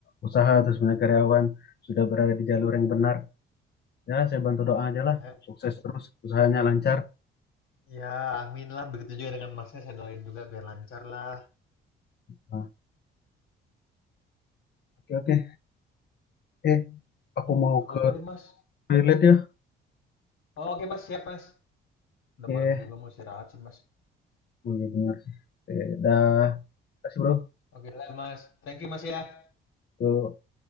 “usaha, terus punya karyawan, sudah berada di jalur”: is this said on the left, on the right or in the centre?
Left